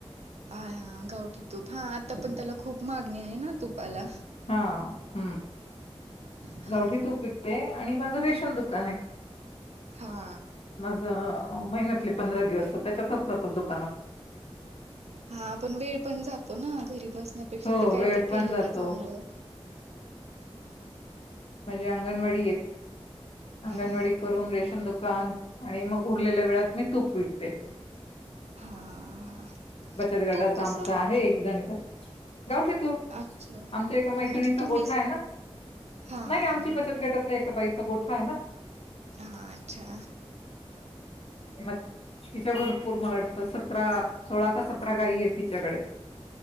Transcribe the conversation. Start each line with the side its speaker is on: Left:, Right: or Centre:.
Right: आ हा गावठी तूप ता पण त्याला खूप मागणी आहे ना तुपाला
Left: हा हम्म
Right: हा
Left: गावठी तूप विकते आणि माझं रेशन दुकान आहे
Right: हा
Left: माझ महिन्यातले पंधरा दिवस त्याच्यातच जातात दुकानात
Right: हा पण वेळ पण जातो ना घरी बस पेक्षा
Left: हो,
Right: ते काहीत
Left: वेळ पण
Right: केलेलं
Left: जातो.
Right: चांगलं
Left: म्हणजे अंगणवाडी अंगणवाडी
Right: हा
Left: करून रेशन दुकान आणि मग उरलेल्या वेळात मी तूप विकते
Right: हा हा
Left: बचत गटाचा
Right: तूप कसं
Left: आमचा आहे एक जणीच गावठी तूप
Right: अच्छा
Left: आमच्या एका मैत्रिणीचा
Right: म्हणजे तुम्हीच
Left: गोठाय ना.
Right: हा
Left: नाही आमच्या बचत गटातल्या एका बाईचा- गोठाय ना.
Right: हा अच्छा.
Left: मग तिच्या भरपूर मला वाट- सतरा सोळा का सतरा गाई ये तिच्याकडे.